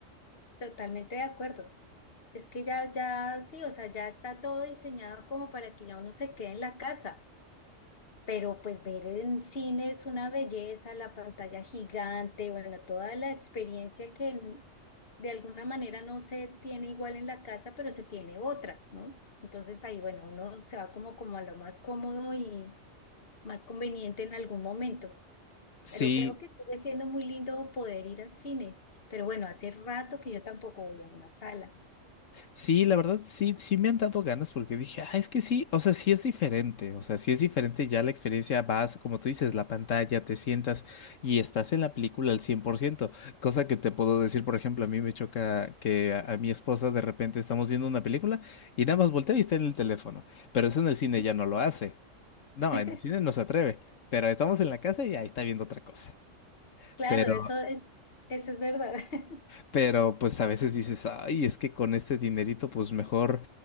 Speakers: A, on the left; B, on the left.
A: totalmente de acuerdo. Es que ya, ya, sí, o sea, ya está todo diseñado como para que ya uno se quede en la casa. Pero pues ver en cine es una belleza, la pantalla gigante, bueno, toda la experiencia que en- de alguna manera no se tiene igual en la casa, pero se tiene otra, ¿no? Entonces ahí, bueno, uno se va como, como a lo más cómodo y más conveniente en algún momento.
B: Sí,
A: Pero creo que sigue siendo muy lindo poder ir al cine. Pero bueno, hace rato que yo tampoco voy a una sala.
B: Sí, la verdad, sí, sí me han dado ganas porque dije, ah, es que sí, o sea, sí es diferente, o sea, sí es diferente, ya la experiencia vas, como tú dices, la pantalla, te sientas y estás en la película al 100%, cosa que te puedo decir, por ejemplo, a mí me choca que a, a mi esposa de repente estamos viendo una película y nada más voltea y está en el teléfono, pero eso en el cine ya no lo hace, no,
A: <laughs>
B: en el cine no se atreve, pero estamos en la casa y ahí está viendo otra cosa.
A: Claro,
B: Pero
A: eso es, eso es verdad. <laughs>
B: pero pues a veces dices, ay, es que con este dinerito, pues mejor,